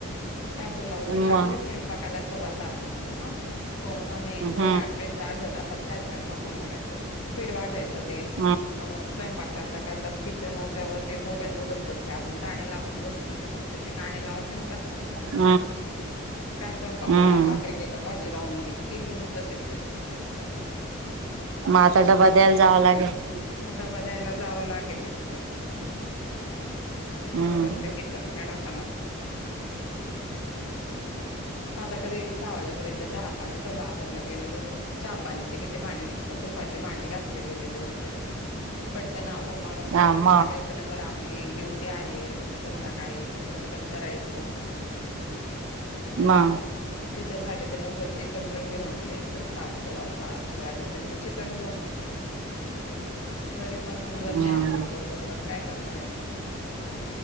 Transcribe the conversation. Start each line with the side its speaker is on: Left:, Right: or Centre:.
Left: <inaudible> काय बोलाव
Right: मग
Left: ती लागली स्वयंपाकाला सव्वा सातला, ह, हो आणि
Right: हम्म
Left: पवणे आठ त्याचा अर्ध तासात काय स्वयंपाक होणार आहे बरं स्पीड वाढवायच ते,
Right: हम्म
Left: स्वयंपाक <unintelligible> किचन ओट्यावर ते मोबाईल बोलत बसते अजून गाणे लावत बसते तर तीथे गाणे लावते आणि स्वयंपाक करते.
Right: हम्म
Left: काय स्वयंपाक
Right: हम्म.
Left: होणार भाकरी केल्या भाजी राहून गेली गेली मग तसेच एक तर.
Right: म आता डबा द्यायला जावं लागेल.
Left: डबा द्यायला जावं लागेल एक तर असं
Right: हम्म
Left: करते ती पण येडा पणा. आता तरी सहा वाजेपर्यंतच्या चहा पाणी सगळं आवररलं गेलेलं होतं. चहा पाणीचे किती भांडे निघतात. दुपााचे भांडे घाासले गेलेले होते. एक, पटकन आवरून माणूस
Right: हा
Left: पटकन
Right: मग
Left: लागाय <unintelligible> बरं आपली ड्युटी आहे संध्याकाळी तर पटकन करायचं.
Right: मा.
Left: त्याच्यासाठी ते लवकर चिकन पण घेऊन आले सात सव्वा सात वाजेपर्यंत चि पण घेऊन आलो. तरी पण मग
Right: हम्म.
Left: जर नाही आवरत लवकर तर काय करणार आहे आपण.